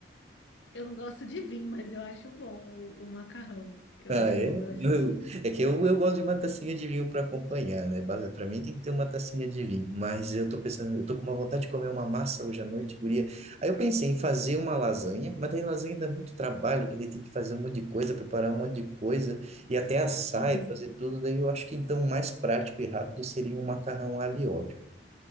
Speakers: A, on the left; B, on the right.
A: eu não gosto de vinho, mas eu acho bom o, o macarrão. Eu
B: Ah,
A: acho
B: é?
A: bom, eu acho
B: Eu-
A: bom.
B: é que eu, eu gosto de uma tacinha de vinho para acompanhar, né? Ba- Pra mim tem que ter uma tacinha de vinho, mas eu tô pensando, eu tô com uma vontade de comer uma massa hoje à noite, guria. Aí eu pensei em fazer uma lasanha, mas daí lasanha dá muito trabalho, que daí tem que fazer um monte de coisa, preparar um monte de coisa, e até assar
A: Uhum.
B: e fazer tudo, daí eu acho que então o mais prático e rápido seria um macarrão alho e óleo.